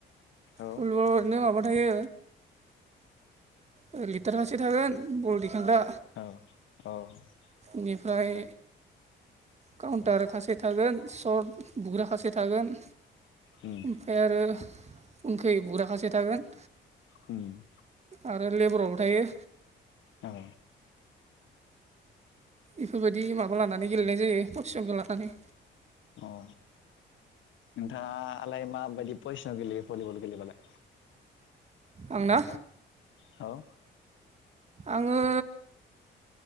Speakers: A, on the left; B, on the right.
A: औ
B: भलिबलाव ओरैनो माबा थायो ओ लिटार खासे थागोन बल दिखांग्रा
A: औ औ
B: इनिफ्राय काउन्टार खासे थागोन सर्ट बुग्रा खासे थागोन
A: उम
B: ओमफाय आरो उनखै बुग्रा खासे थागोन
A: उम
B: आरो लेबारावबो थायो
A: औ
B: इफोरबायदि माबा लानानै गेलेनाय जायो पसिसनखौ लानानै
A: औ नोंथाङालाय माबायदि पयसनाव गेलेयो भलिबल गेलेबालाय
B: आंना
A: औ
B: आङो